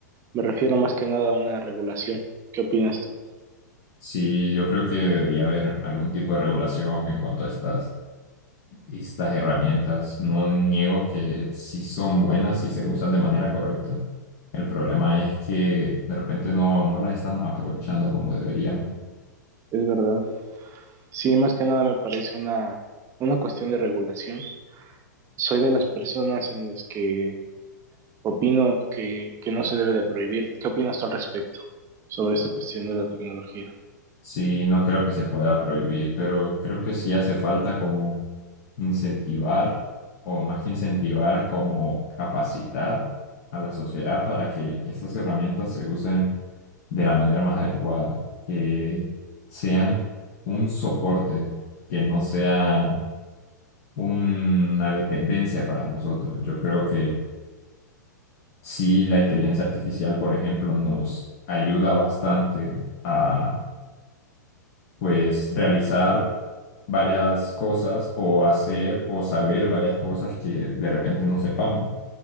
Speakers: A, on the right; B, on the left.
A: Me refiero más que nada a una regulación. ¿Qué opinas tú?
B: Sí, yo creo que debería haber algún tipo de regulación en cuanto a estas, estas herramientas. No niego que sí son buenas si se usan de manera correcta. El problema es que de repente no, no las estamos aprovechando como deberíamos.
A: Es verdad. Sí, más que nada me parece una, una cuestión de regulación. Soy de las personas en las que Opino que, que no se debe de prohibir. ¿Qué opinas tú al respecto sobre esta cuestión de la tecnología?
B: Sí, no creo que se pueda prohibir, pero creo que sí hace falta como incentivar, o más que incentivar, como capacitar a la sociedad para que estas herramientas se usen de la manera más adecuada, que sean un soporte, que no sean una dependencia para nosotros. Yo creo que sí, la inteligencia artificial, por ejemplo, nos ayuda bastante a, pues, realizar varias cosas o hacer o saber varias cosas que de repente no sepamos.